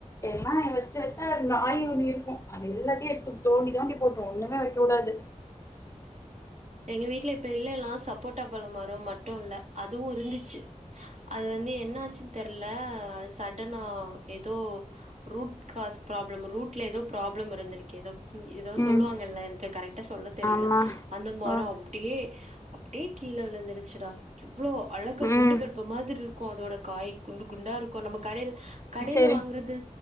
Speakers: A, on the left (about 20°); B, on the right (about 60°).
A: எல்லா வச்சு வச்சா நாய் வுணி இருக்கு அது எல்லாத்தையு எடுத்து தோண்டிதா புடுங்கி போட்ரு ஒண்ணுமே வெக்க வுடாது
B: எங்க வீட்ல இப்ப இல்லலா சப்போட்டா பழமரம் மட்டு இல்ல அதுவு இருந்துச்சு அது வந்து என் என்னாச்சுனு தெர்ல அது சடனா ஏதோ ரூட் காஸ்பிராப்ளம் ரூட்ல ஏதோ ப்ராப்ளம் இருந்திருக்கு ஏதோ ஏதோ
A: ம்
B: சொல்வாங்கல்ல எனக்கு கரெக்டா சொல்ல தெரியில
A: ஆமா
B: அந்த மரோ
A: ஓ
B: அப்டியே அப்டியே கீழ விழுந்துடுச்சுடா எவ்ளோ அழகு குண்டு
A: ம்
B: பல்ப்பு மாதிர் இருக்கு அதோட காய் குண்டு குண்டா இருக்கு நம்ம கடைல கடையில
A: சேரி
B: வாங்கறது